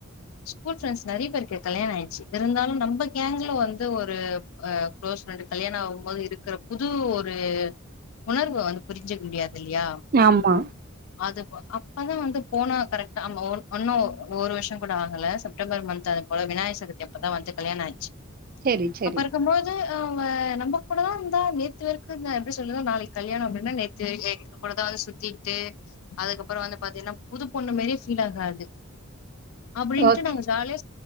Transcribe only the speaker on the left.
ஸ்கூல் ஃப்ரெண்ட்ஸ் நெறைய பேருக்கு கல்யாண ஆகிடுச்சு இருந்தாலும் நம்ம கேங்க்ல வந்து ஒரு அ குளோஸ் ஃப்ரெண்ட் கல்யாணம் ஆகும் போது இருக்கிற புது ஒரு உணர்வ வந்து புரிஞ்சிக் முடியாது இல்லையா
அத அப்பதா வந்து போனா கரெக்டா ஒன்னும் ஒரு வருஷம் கூட ஆகல செப்டம்பர் மந்த் அது போல விநாயகர் சதுர்த்தி அப்பதான் வந்து கல்யாணம் ஆச்சு
அப்ப இருக்கும்போது அவுங்க நம்ம கூடதா இருந்தா நேத்து பேருக்கு எப்டி சொல்லன்னா நாளைக் கல்யாணம் அப்படின்னா நேத்து எங்க கூடதான் வந்து சுத்திட்டு அதுக்கப்புறம் வந்து பாத்தீங்கன்னா புது பொண்ணு மாரியே ஃபீல் ஆகாது அப்டின்ட்டு
நாங்க ஜாலியா